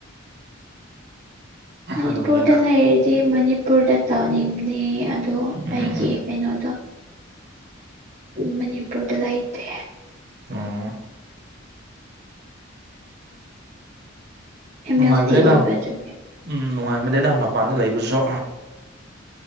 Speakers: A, on the right; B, on the right.
A: ꯃꯅꯤꯄꯨꯔꯗ
B: ꯑꯗꯨꯒꯅꯦꯗ
A: ꯂꯩꯔꯥꯗꯤ ꯃꯅꯤꯄꯨꯔꯗ ꯇꯧꯅꯤꯡꯗꯦ ꯑꯠ ꯗꯣ
B: ꯎꯝ
A: ꯑꯩꯒꯤ ꯀꯩꯅꯣꯗꯣ ꯃꯅꯤꯄꯨꯔꯗ ꯂꯩꯇꯦ
B: ꯑꯣ
A: ꯑꯦꯝ
B: ꯅꯨꯡꯉꯥꯏꯕꯅꯦꯗꯥ
A: ꯑꯦꯜ ꯇꯤ ꯑꯣꯏꯕ
B: ꯎꯝ
A: ꯑꯗꯨꯒꯤ
B: ꯎꯝ ꯅꯨꯡꯉꯥꯏꯕꯅꯦꯗꯥ ꯃꯄꯥꯟꯗ ꯂꯩꯕꯁꯨ